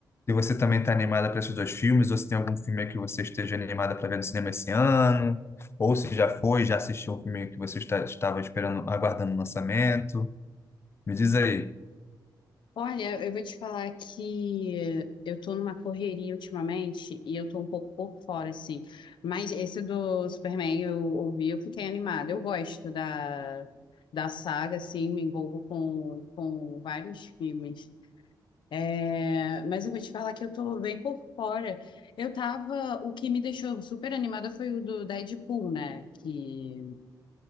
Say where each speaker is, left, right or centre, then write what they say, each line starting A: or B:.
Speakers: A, on the left; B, on the left.
A: Se você também está animada para esses dois filmes, ou se tem algum filme que você esteja animada para ver no cinema esse ano, ou se já foi, já assistiu um filme que você está, estava esperando, aguardando o lançamento. Me diz aí.
B: Olha, eu vou te falar que eu tô numa correria ultimamente e eu tô um pouco por fora, assim. Mas esse do Superman eu ouvi, eu fiquei animada. Eu gosto da, da saga, assim, me envolvo com, com vários filmes. É, mas eu vou te falar que eu tô bem por fora. Eu tava. O que me deixou super animada foi o do Deadpool, né? Que,